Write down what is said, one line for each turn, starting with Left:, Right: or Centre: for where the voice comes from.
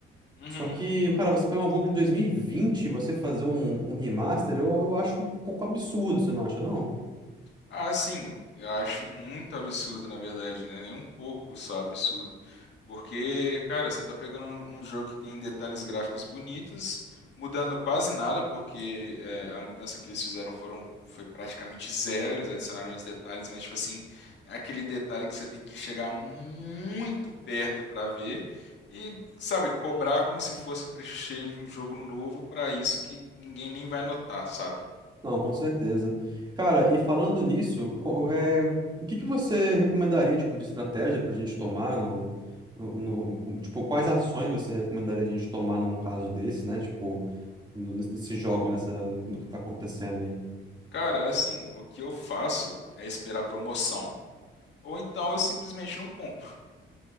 Left: uhum.
Right: Só que, cara, você pegar um jogo de 2020 e vinte e você fazer um, um remaster, eu, eu acho um pouco absurdo, você não acha, não?
Left: Ah, sim, eu acho muito absurdo, na verdade, né? Nem um pouco só absurdo. Porque, cara, você tá pegando um um jogo que tem detalhes gráficos bonitos, mudando quase nada, porque é, a mudança que eles fizeram foram, foi praticamente zero, eles adicionaram os detalhes, mas, tipo assim, é aquele detalhe que você tem que chegar muito perto pra ver. E, sabe, cobrar como se fosse preço cheio de um jogo novo pra isso que ninguém nem vai notar, sabe?
Right: Não, com certeza. Cara, e falando nisso, co- é, o que que você recomendaria, tipo, de estratégia pra gente tomar no, no, no- com- tipo, quais ações você recomendaria a gente tomar num caso desse, né? Tipo, no- nesse nesse jogo, nessa, no que tá acontecendo aí.
Left: Cara, assim, o que eu faço é esperar promoção, ou então eu simplesmente não compro.